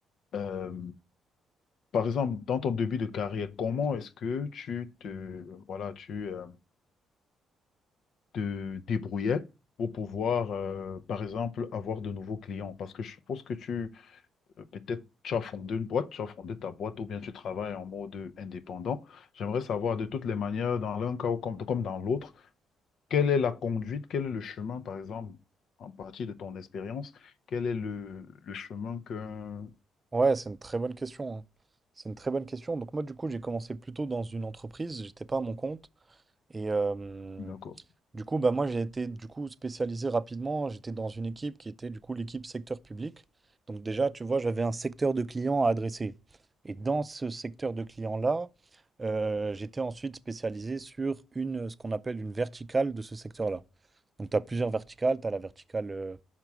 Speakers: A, on the left; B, on the right.
A: Euh, par exemple, dans ton début de carrière, comment est-ce que tu te, voilà, tu, euh, te débrouillais pour pouvoir, euh, par exemple, avoir de nouveaux clients? Parce que je suppose que tu, euh, peut-être, tu as fondé une boîte, tu as fondé ta boîte ou bien tu travailles en mode indépendant. J'aimerais savoir de toutes les manières, dans l'un cas ou comme, comme dans l'autre, quelle est la conduite, quel est le chemin, par exemple, en partie de ton expérience, quel est le, le chemin que
B: Ouais, c'est une très bonne question. hein. C'est une très bonne question. Donc moi, du coup, j'ai commencé plutôt dans une entreprise. J'étais pas à mon compte. Et euh,
A: D'accord.
B: du coup, bah moi, j'ai été du coup spécialisé rapidement. J'étais dans une équipe qui était du coup l'équipe secteur public. Donc déjà, tu vois, j'avais un secteur de clients à adresser. Et dans ce secteur de clients-là, euh, j'étais ensuite spécialisé sur une, ce qu'on appelle une verticale de ce secteur-là. Donc tu as plusieurs verticales. Tu as la verticale euh,